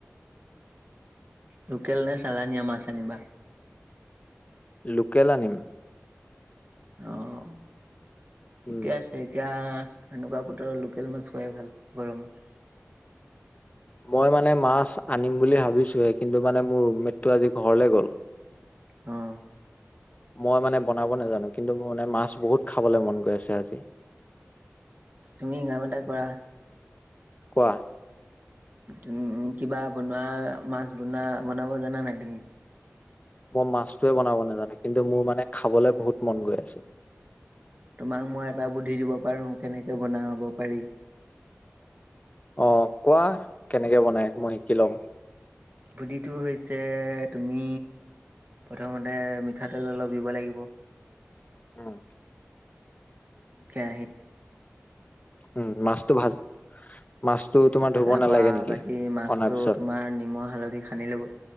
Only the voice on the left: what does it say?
লোকেল আনিম।
উম
মই মানে মাছ আনিম বুলি ভাবিছো হে। কিন্তু মানে মোৰ ৰুমমেটটো আজি ঘৰলে গ'ল।
মই মানে বনাব নাজানো, কিন্তু মোৰ মানে মাছ বহুত খাবলে মন গৈ আছে আজি।
কোৱা
মই মাছটোৱে বনাব নাজানে, কিন্তু মোৰ মানে খাবলে বহুত মন গৈ আছে।
অ' কোৱা কেনেকে বনাই, মই শিকি ল'ম।
উম
উম মাছতো ভাজ মাছতো তোমাৰ ধুব
নালাগে নেকি
অনাৰ পিছত